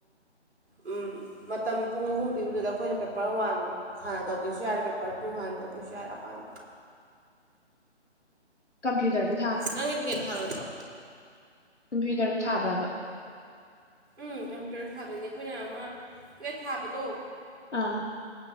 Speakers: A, on the right (about 70°); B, on the left (about 80°).
A: ꯎꯝ ꯃꯇꯝ ꯄꯨꯡ ꯑꯍꯨꯝ ꯄꯤꯕꯗꯨꯗ ꯑꯩꯈꯣꯏꯅ ꯄꯦꯄꯔ ꯋꯥꯟ ꯍꯥꯟꯅ ꯇꯧꯒꯦꯁꯨ ꯌꯥꯔꯦ ꯄꯦꯄꯔ ꯇꯨ ꯍꯥꯟꯅ ꯇꯧ ꯒꯤꯆꯔ ꯑꯄꯥꯝ
B: ꯀꯝ ꯆ ꯇꯗ
A: ꯅꯪꯒꯤꯗꯤꯅꯦꯠ ꯊꯥꯔꯣꯏꯗ꯭ꯔꯣ
B: ꯀꯝꯄ꯭ꯌꯨꯇꯔꯗꯨ ꯊꯥꯕ꯭ꯔꯕ
A: ꯎꯝ ꯀꯝꯄ꯭ꯌꯨꯇꯔꯗ ꯊꯥꯗꯣꯏꯅꯤ ꯑꯩꯈꯣꯏꯅ ꯑꯃ ꯀꯨꯦ ꯊꯥꯕꯗꯣ
B: ꯑꯥ